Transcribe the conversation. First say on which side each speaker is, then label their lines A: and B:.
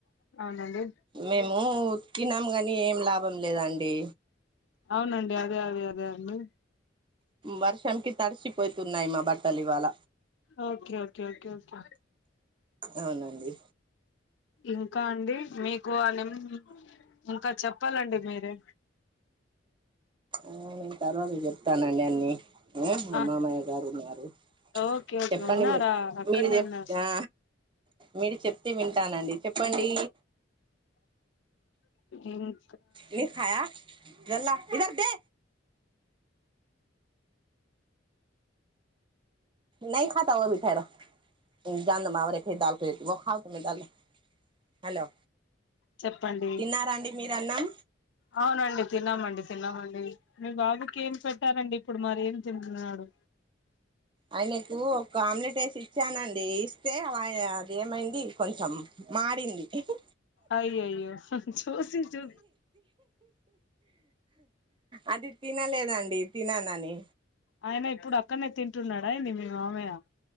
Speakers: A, on the left; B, on the right.
A: అవునండి
B: మేము ఉతికినం కానీ ఏం లాభం లేదండి
A: అవునండి అదే అదే అదే అండి
B: వర్షం కి తడిసిపోతున్నాయి మా బట్టలు ఇవాళ
A: ఓకే ఓకే ఓకే ఓకే
B: అవునండి
A: ఇంకా అండి మీకు ఆ నేమ్ ఇంకా చెప్పాలండి మీరే
B: ఉ నేను తర్వాతకీ చెప్తానండి అన్ని మా
A: ఆ
B: మామయ్య గారున్నారు
A: ఓకే ఓకే
B: చెప్పండి
A: ఉన్నారా
B: మీర్
A: అక్కడనే
B: మీరు చెప్
A: ఉన్నారు
B: ఆ మీరు చెప్తే వింటానండి చెప్పండి
A: ఉమ్
B: ఇడ్లీ ఖాయ గల్ల ఈధర్దే నాయిఖాతా ఓ బీ టైరో <unintelligible> హలో
A: చెప్పండి
B: తిన్నారాండి మీరు అన్నం
A: అవునండి తిన్నామండి తిన్నామండి మీ బాబుకి ఏం పెట్టారండి ఇప్పుడు మరి ఏం తింటున్నాడు
B: ఆయనకు ఒక ఆమ్లెట్ వేసి ఇచ్చానండి ఇస్తే అది ఏమైంది కొంచెం మాడింది ఇహ్
A: అయ్యో అయ్యో చూసి చూ
B: అది తినలేదండి తిననని
A: ఆయన ఇప్పుడు అక్కడనే తింటున్నాడా ఏంది మీ మామయ్య